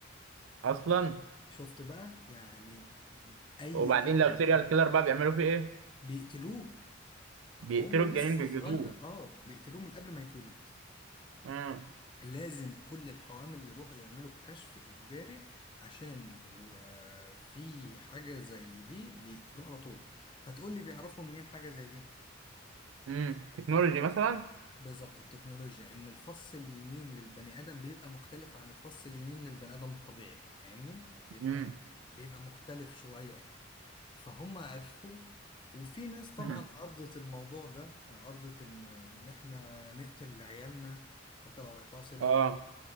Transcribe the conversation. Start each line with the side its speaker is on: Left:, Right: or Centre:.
Right: اصلا
Left: شفت بقى يعني اي
Right: وبعدين
Left: ام
Right: لو سيريال كيلر بقى بيعملوا فيه ايه
Left: بيقتلوه
Right: بيقتلوا
Left: وهو لسه
Right: الجنين بيجلدوه
Left: صغير اه بيقتلوه من قبل ما يتولد
Right: امم
Left: لازم كل الحوامل يروحوا يعملوا الكشف إجباري عشان لو آه، في حاجة زي دي بيقتلوه على طول هتقولي بيعرفوا منين حاجة زي دي
Right: امم تكنولوجي
Left: ه-
Right: مثلا
Left: بالظبط التكنولوجيا إن الفص اليمين للبني آدم بيبقى مختلف عن الفص اليمين للبني آدم الطبيعي فاهمني بيبقى
Right: امم
Left: بيبقى مختلف شوية يعني فهم عرفوا وفي ناس طبعا
Right: امم
Left: عرضت الموضوع ده عرضت إن إن إحنا نقتل عيالنا حتى لو هيطلعوا سيريال
Right: اه